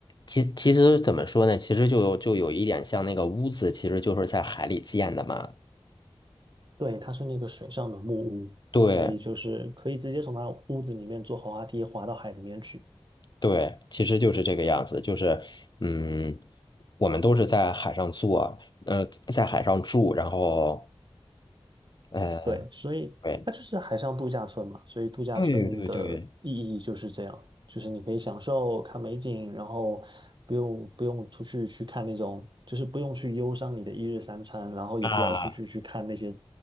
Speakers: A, on the left; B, on the right.
A: 其其实怎么说呢？其实就有就有一点像那个屋子，其实就是在海里建的嘛。
B: 对，它是那个水上的木屋，
A: 对
B: 所以就是可以直接从它屋子里面坐滑滑梯滑到海里面去。
A: 对，其实就是这个样子，就是嗯，我们都是在海上做，呃，在海上住，然后呃，
B: 对，所以它就是海上度假村嘛，
A: 对
B: 所以度假村的意义就是这样，
A: 对对对
B: 就是你可以享受看美景，然后不用不用出去去看那种，就是不用去忧伤你的一日三餐，然后也不要出去去看那些
A: 啊，